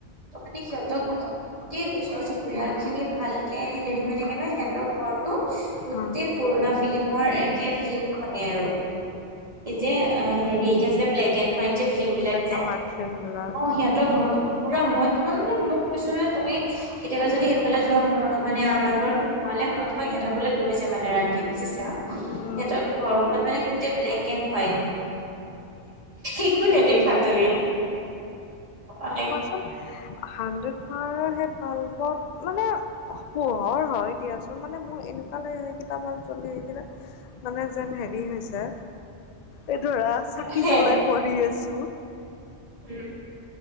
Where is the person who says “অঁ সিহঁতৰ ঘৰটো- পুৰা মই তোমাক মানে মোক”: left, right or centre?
Right